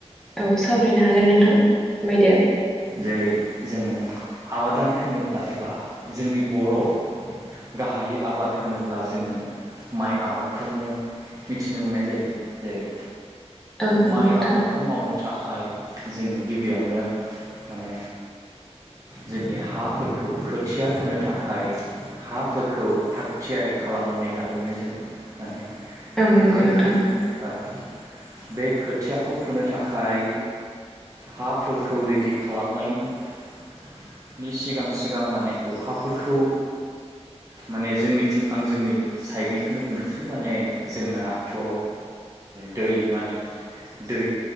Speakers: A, in the centre; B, on the right.
A: औ सावरायनो हागोन नोंथां फोरमायदो
B: जेरै जोङो आबादारि होनोब्ला एबा जोंनि बर' गाहायै आबाद होनोब्ला जोङो माइ आबादखौनो मिथिनो मोननाय जायो जेरै
A: औ नंगौ
B: माइ
A: नोंथां
B: आबादखौ मावनो थाखाय जों गिबियावनो माने जोंनि हाफोरखौ खोथिया फोनो थाखाय हाफोरखौ थाग थियारि खालामनानै लाग्रोनाय जायो माने
A: औ नंगौ
B: बे
A: नोंथां
B: खोथ ओ बे खोथियाखौ फोनो थाखाय हा फोरखौ रेडि खालामनायनि सिगां सिगां माने अखाफोरखौ माने जोंनिथिं आं जोंनि साइडनिखौनो बुंनोसै माने जोंनाथ' ओ दै माने दै